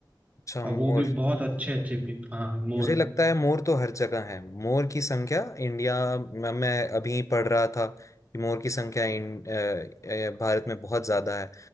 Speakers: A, on the left (about 40°); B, on the right (about 20°).
A: अच्छा
B: अब
A: मोर
B: वो भी बहुत अच्छे अच्छे पी हाँ मोर
A: मुझे लगता है मोर तो हर जगह है मोर की संख्या इंडिया में मैं अभी पढ़ रहा था कि मोर की संख्या इन, अ, अ, भारत में बहुत ज्यादा है